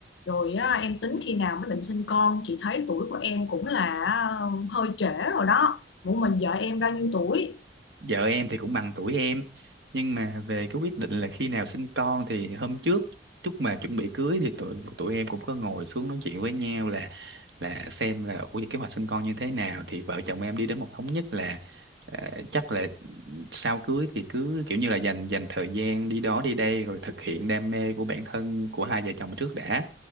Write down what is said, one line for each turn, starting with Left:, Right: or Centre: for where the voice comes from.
Left: rồi á, em tính khi nào mới định sinh con? Chị thấy tuổi của em cũng là à, hơi trễ rồi đó. Ủa mình vợ em bao nhiêu tuổi?
Right: vợ em thì cũng bằng tuổi em nhưng mà về cái quyết định là khi nào sinh con thì hôm trước lúc mà chuẩn bị cưới thì tụi tụi em cũng có ngồi xuống nói chuyện với nhau là là xem là ủa kế hoạch sinh con như thế nào thì vợ chồng em đi đến một thống nhất là ờ, chắc là sau cưới thì cứ kiểu như là dành dành thời gian đi đó đi đây rồi thực hiện đam mê của bản thân của hai vợ chồng trước đã